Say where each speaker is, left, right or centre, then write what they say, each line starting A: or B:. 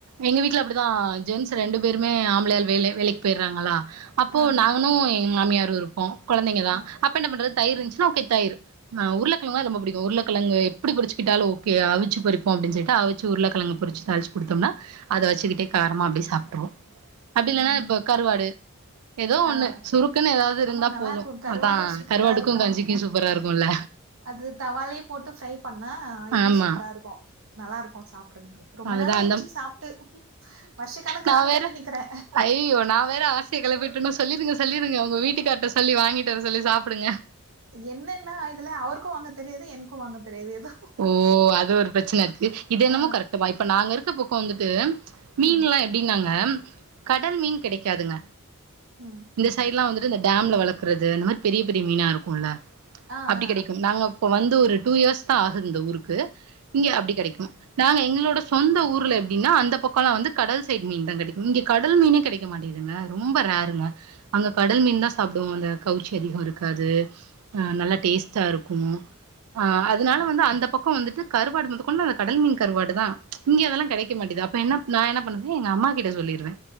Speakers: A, on the right; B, on the right.
A: எங்க வீட்டு்ல இப்படி தா ஜென்ஸ் ரெண்டு பேருமே ஆம்பளையால் வேல வேலைக்கு போயர்ராங்களா அப்போ
B: ஆ
A: நா னு எங் மாமியாரு இருப்போ கொழந்தைங்க தா
B: ஆ
A: அப்ப என்ன பண்றது தயிர் இருந்துச்சுன்னா ஓகே தயிறு ஆ உருளக்கெழங்குனா ரொம்ப புடிக்கு உருளக்கெழங்கு எப்டி புடிச்சிகிட்டாலு ஓகே அவிச்சுபொறிப்போ அப்டின்னு சொல்லிட்டு அவிச்சு உருளக் பொறிச்சு தாளிச்சு குடுத்தம்னா அத வச்சுக்கிட்டே காரமா அப்டியே சாப்ட்ருவோ அப்டில்லனா
B: ம்
A: இப்ப கருவாடு ஏதோ ஒண்ணு
B: ஆ
A: சுருக்குன்னு எதாவுது இருந்தா
B: ஆமா நல்லா
A: போது
B: இருக்கு கருவாடு
A: அதா
B: சூப்பரா
A: கருவாடுக்கு
B: இருக்கு
A: கஞ்சிக்கு சூப்பரா இருக்குல்ல
B: அது தவாலயே போட்டு ஃப்ரை பண்ணா இன்னு
A: ஆமா
B: சூப்பரா இருக்கு நல்லா இருக்கு <unintelligible> ரொம்ப
A: அதுதா
B: நாள் ஆயிர்ச்சு
A: அந்த
B: சாப்ட்டு வருஷ கணக்கா
A: நா
B: ஆகுதுன்னு
A: வேற
B: நெனைக்கிறே
A: அய்யய்யோ நா வேற ஆசய கெளப்பிட்டணோ சொல்லீருங்க சொல்லீருங்க உங்க வீட்டுக்கார்ட்ட சொல்லி வாங்கிட்டு வர சொல்லி சாப்புடுங்க
B: என்னன்னா இதுல அவருக்கு வாங்க தெரியாது எனக்கு வாங்க தெரியாது எதோ
A: ஓ அது ஒரு பிரச்சன இருக்கு இது என்னமோ
B: ஆ
A: <unintelligible> இப்ப நாங்க இருக்க பக்கோ வந்துட்டு மீன்லா
B: ம்
A: எப்டின்னாங்க கடல் மீன் கெடைக்காதுங்க
B: ம்
A: இந்த சைடு்லா வந்துட்டு இந்த டேம்ல வளக்கறது இந்த மாரி பெரிய பெரிய மீனா இருக்குல்ல
B: ஆ
A: அப்படி
B: ஆ
A: கெடைக்கு நாங்க இப்ப வந்து ஒரு டூ இயர்ஸ் தா ஆகுது இந்த ஊருக்கு இங்க அப்படி கிடைக்கு நாங்க எங்களோட சொந்த ஊர்ல எப்டின்னா அந்த பக்கோலா வந்து கடல் சைட் மீன் தா கெடைக்கு இங்க கடல் மீனே கெடைக் டைக்க மாட்டிங்குதுங்க ரொம்ப ரேருங்க அங்க கடல் மீன் தா சாப்டுவோ அந்த கவுச்சி அதிகோ இருக்காது அ நல்லா டேஸ்டா இருக்கு அ அதனால வந்து அந்த பக்கோ வந்துட்டு கருவாடு மொத கொண்டு அந்த கடல் மீன் கருவாடு தா இங்க அதெல்லா கெடைக்க மாட்டிது அப் ப என்னப் நா என்ன பண்ணுவே எங்க அம்மா கிட்ட சொல்லிருவே